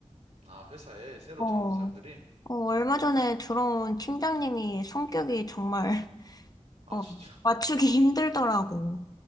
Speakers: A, on the right (about 75°); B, on the left (about 35°).
A: 아, 회사에 새로
B: 어.
A: 들어온 사람들이?
B: 어, 얼마 전에 들어온 팀장님이 성격이 정말
A: 아,
B: 어,
A: 진짜.
B: 맞추기 힘들더라고.